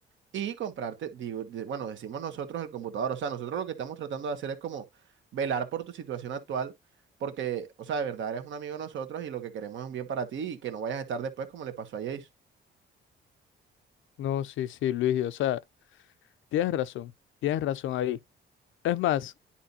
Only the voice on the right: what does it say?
y comprarte, digo, de- bueno, decimos nosotros el computador, o sea, nosotros lo que estamos tratando de hacer es como velar por tu situación actual, porque, o sea, de verdad eres un amigo de nosotros y lo que queremos es un bien para ti y que no vayas a estar después como le pasó a Jace.